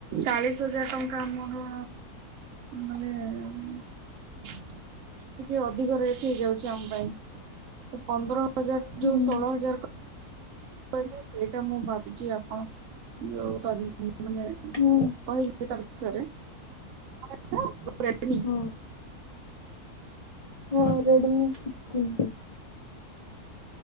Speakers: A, on the right; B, on the left.
A: ଚାଳିଶି ହଜାର ଟଙ୍କା ଆମର ମାନେ। <unintelligible> ଟିକେ ଅଧିକ ରେଟ୍ ହେଇଯାଉଛି ଆମ ପାଇଁ ପନ୍ଦର ହଜାର
B: ହୁଁ
A: ଯୋଉ ଷୋଳ ହଜାର କହିଲେ ସେଇଟା ମୁଁ ଭାବୁଛି ଆପଣ ଯୋଉ ସରି ମାନେ।
B: ହୁଁ
A: କହିଲେ ତା ବିଷୟରେ। <inaudible>
B: ହଁ ହଁ Redmi sixteen pro.